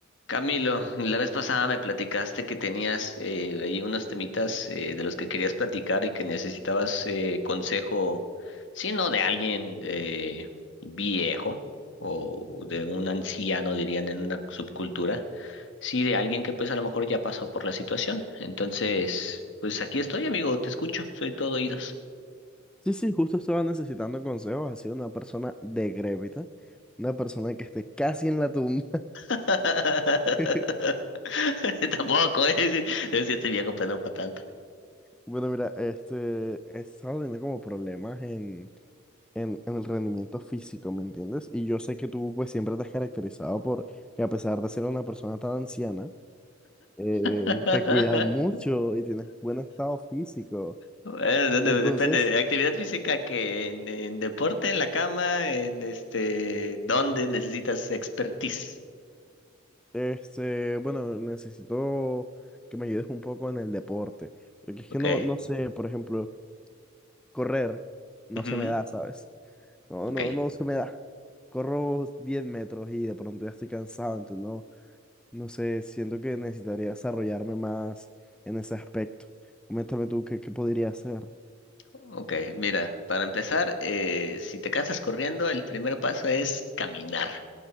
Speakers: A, on the left; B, in the centre.
A: Camilo, la vez pasada me platicaste que tenías eh, ahí unos temitas eh, de los que querías platicar y que necesitabas eh, consejo, si no de alguien eh, viejo o de un anciano, dirían en una subcultura, sí de alguien que pues a lo mejor ya pasó por la situación. Entonces, pues aquí estoy, amigo, te escucho, soy todo oídos.
B: Sí, sí, justo estaba necesitando consejos, así de una persona decrépita, una persona que esté casi en la tumba.
A: <laughs>
B: <laughs>
A: Tampoco es, es que estoy viejo, pero no para tanto.
B: Bueno, mira, este, he estado teniendo como problemas en, en, en el rendimiento físico, ¿me entiendes? Y yo sé que tú pues siempre te has caracterizado por que a pesar de ser una persona tan anciana, eh,
A: <laughs>
B: te cuidas mucho y tienes buen estado físico.
A: Bueno, depende,
B: Entonces,
A: depende. de Actividad física que en, en deporte, en la cama, en este, ¿dónde necesitas expertise?
B: Este, bueno, necesito que me ayudes un poco en el deporte, porque es
A: Ok.
B: que no, no sé, por ejemplo, correr no
A: Ujú,
B: se me da, ¿sabes? No,
A: Ok,
B: no, no se me da. Corro 10 metros y de pronto ya estoy cansado, entonces no, no sé, siento que necesitaría desarrollarme más en ese aspecto. Coméntame tú qué, qué podría hacer.
A: ok. Mira, para empezar, eh, si te cansas corriendo, el primer paso es caminar.